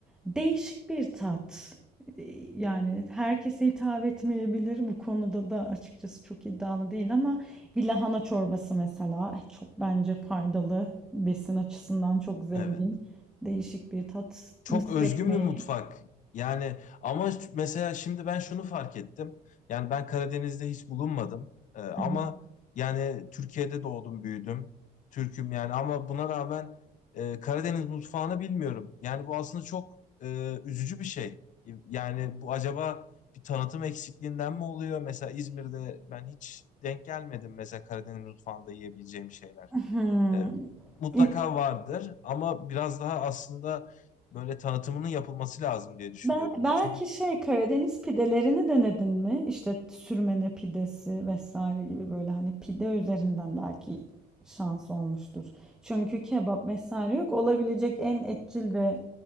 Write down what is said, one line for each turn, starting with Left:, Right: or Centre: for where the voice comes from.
Centre: Değişik bir tat. Ee, Yani herkese hitap etmeyebilir. Bu konuda da açıkçası çok iddialı değil ama bir lahana çorbası mesela eh, çok bence faydalı. Besin açısından çok zengin.
Left: evet.
Centre: Değişik bir tat.
Left: Çok
Centre: Mısır
Left: özgün
Centre: ekmeği.
Left: bir mutfak. Yani ama mesela şimdi ben şunu fark ettim. Yani ben Karadeniz'de hiç bulunmadım. Ee, ama
Centre: Hı
Left: yani Türkiye'de doğdum, büyüdüm. Türk'üm yani ama buna rağmen e, Karadeniz mutfağını bilmiyorum. Yani bu aslında çok e, üzücü bir şey. Yani bu acaba bir tanıtım eksikliğinden mi oluyor? Mesela İzmir'de ben hiç denk gelmedim mesela Karadeniz mutfağında yiyebileceğim şeyler.
Centre: hı.
Left: E, mutlaka
Centre: Hı.
Left: vardır ama biraz daha aslında böyle tanıtımının yapılması lazım diye düşünüyorum.
Centre: Bel- belki
Left: Çünkü
Centre: şey Karadeniz pidelerini denedin mi? İşte sürmene pidesi vesaire gibi böyle hani pide üzerinden belki şans olmuştur. Çünkü kebap vesaire yok. Olabilecek en etçil ve